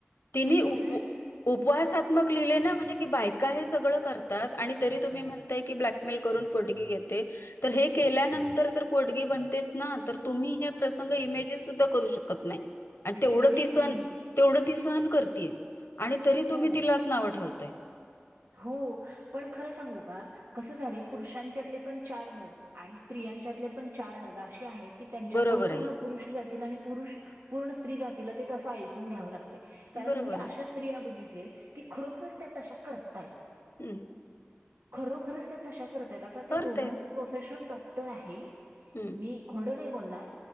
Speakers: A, on the left; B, on the right.
A: तिनी
B: अहं
A: उपवासात्मक
B: अहं
A: लिहिल य ना. म्हणे बायका हे सगळ करतात आणि तरी तुम्ही म्हणता की ब्लकमेल करून पोडगी घेतात तर हे केल्यानंतर पोडगी बनते ना तुम्ही? प्रसंग इमेजिन सुद्धा करू शकत नाही? आणि तेवढं
B: एक्झॅक्टली
A: ती सहन तेवढं ती सहन करतीय. आणि तरी तुम्ही
B: हो
A: तिलाच नावं ठेवत. ते
B: हो पण खरं सांगू का कस झाल य पुरुषांच्यातले पण चार नग आणि स्त्रियांच्यातले पण चार नग असे आहेत. की त्यांच्यामुळ
A: बरोबर
B: पूर्ण
A: आहे
B: पुरुष जातील आणि पुरुष पूर्ण- स्त्री जातील ते तंस ऐकून घ्यावं लागतंय. कारण
A: बरोबर
B: मी अशा
A: आहे
B: स्त्रिया बघितलोय की खरोखरच त्या तशा. करताय.
A: हम्म
B: खरोखरचं त्या तशा त आहेत आता त्या
A: करतायत
B: दोघांचं प्रोफेशन डॉ क्टर आहे.
A: हम्म
B: मी खोड नाही बोलणार.